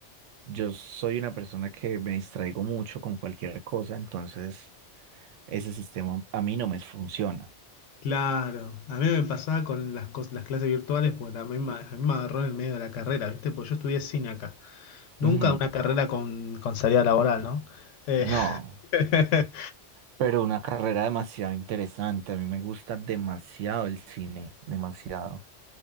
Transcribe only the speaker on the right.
yo soy una persona que me distraigo mucho con cualquier cosa, entonces ese sistema a mí no me funciona.
Ujú.
No,
pero una carrera demasiado interesante, a mí me gusta demasiado el cine, demasiado.